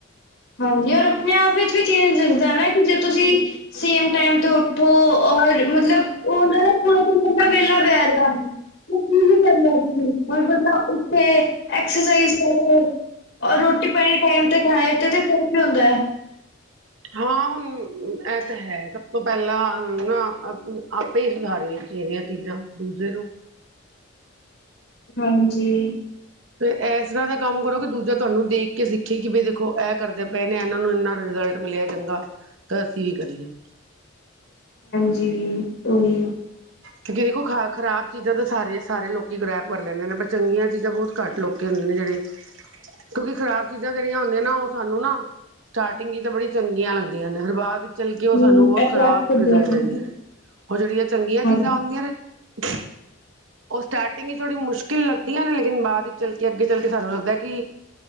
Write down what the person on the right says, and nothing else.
ਹਾਂ ਹੁਣ- ਇਹ ਤਾਂ ਹੈ। ਸਭ ਤੋਂ ਪਹਿਲਾ ਨਾ ਆਪੇ ਹੀ ਸੁਧਾਰਨੀਆਂ ਚਾਹੀਦੀਆਂ ਚੀਜ਼ਾਂ ਦੂਸੇ ਨੂੰ
ਫੇਰ ਇਸ ਤਰਾ ਦਾ ਕਮ ਕਰੋ ਕਿ ਦੂਜਾ ਤੁਹਾਨੂੰ ਦੇਖ ਕੇ ਸਿਖੇ ਕਿ ਬਈ ਦੇਖੋ ਇਹ ਕਰਦੇ ਪਏ ਨੇ ਇਹਨਾ ਨੂੰ ਇਹਨਾ ਰਿਜ਼ਲਟ ਮਿਲਿਆ ਚੰਗਾ ਤਾਂ ਅਸੀ ਵੀ ਕਰੀਏ
ਕਿਉਕਿ ਦੇਖੋ ਖਰਾਬ ਚੀਜਾ ਤਾਂ ਸਾਰੇ ਸਾਰੇ ਲੋਕੀ ਕੈਚ ਕਰ ਲੈਂਦੇ ਨੇ ਪਰ ਚੰਗੀਆਂ ਚੀਜਿ ਬਹੁਤ ਘਟ ਲੋਕੁੰ ਜਿਹੜੇ ਕਿਉਕਿ ਖਰਾਬ ਚੀਜਾ ਜਿਹੜੀਆਂ ਹੁਦੀਆਂ ਨਾ ਉਹ ਸਾਨੂੰ ਨਾ ਸਟਾਰਟਿੰਗ ਹੀ ਤਾਂ ਬੜੀਆਂ ਚੰਗੀਆਂ ਲਗਦੀਆਂ ਨੇ ਹਰ ਬਾਅਦ ਚਲ
ਕੇ ਉਹ ਸਾਨੂੰ ਬਹੁਤ
ਖ਼ਰਾਬ
ਰਿਜ਼ਲਟ ਦਿਦੀਆਂ ਨੇ ਉਹ ਜਿਹੜੀਆਂ ਚਗੀਆਂ
ਚੀਜਾ ਆਉਦੀਆਂ ਨੇ <unintelligible> ਉਹ ਸਟਾਰਟਿਗ ਚ ਥੋੜੀ ਮੁਸ਼ਕਿਲ ਲਗਦੀਆਂ ਨੇ ਲੇਕਿਨ ਬਾਅਦ ਵਿਚ ਚਲ ਕੇ ਅਗੇ ਚਲ ਕੇ ਸਾਨੂੰ ਲਗਦਾ ਕਿ